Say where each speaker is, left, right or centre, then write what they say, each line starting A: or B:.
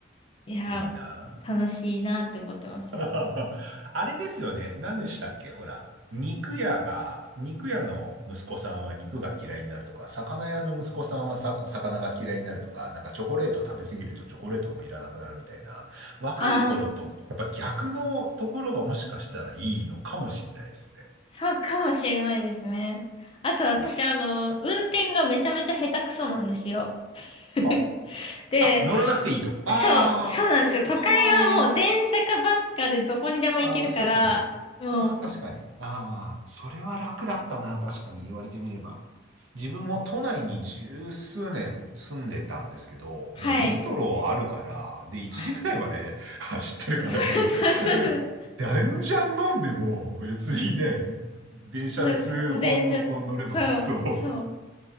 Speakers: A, on the left; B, on the right.
A: いや、
B: い。いいな。
A: 楽しいなって思ってます。
B: <laughs> あれですよね。何でしたっけほら。肉屋が、肉屋の息子さんは肉が嫌いになるとか、魚屋の息子さんはさ、魚が嫌いになるとか、なんかチョコレート食べ過ぎるとチョコレートもいらなくなるみたいな、若い頃とやっぱ逆のところがもしかしたらいいのかもしれないですね。
A: ああ、そうかもしれないですね。あと私、
B: ね。
A: あの、運転がめちゃめちゃ下手くそなんですよ。<laughs>
B: は
A: で、
B: あ、あ乗らなくていいと。ああ、
A: そう、そうなんですよ。都会はもう電車かバスかでどこにでも行けるから、
B: ああ。ああ、そうですね。
A: もう、
B: ああ、確かに。ああ、それは楽だったな、確かに言われてみれば。自分も都内に十数年住んでたんですけど、
A: はい。
B: もうメトロあるから、で、1時くらいまで
A: <laughs>
B: <laughs> 走ってるから夜。
A: そうそうそうそう。
B: <laughs> じゃんじゃん飲んでも別にね、電車で数本のこう乗れば、
A: なんか、電車、そう、
B: そう。
A: そう。